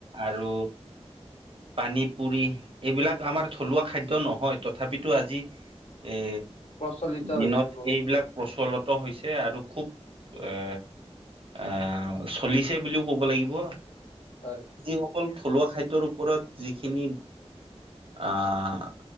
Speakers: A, on the right; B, on the left.
A: আৰু। পানী পুৰি এইবিলাক আমাৰ থলুৱা খাদ্য নহয় তথাপিতো আজি। এ
B: প্ৰচলিত
A: দিনত
B: হৈছে বহুত
A: এইবিলাক প্ৰচলত। ত হৈছে আৰু খুব এ। এ চলিছে বুলিও কব লাগিব।
B: হয়।
A: অকল থলুৱা খাদ্যৰ ওপৰত যিখিনি। আহ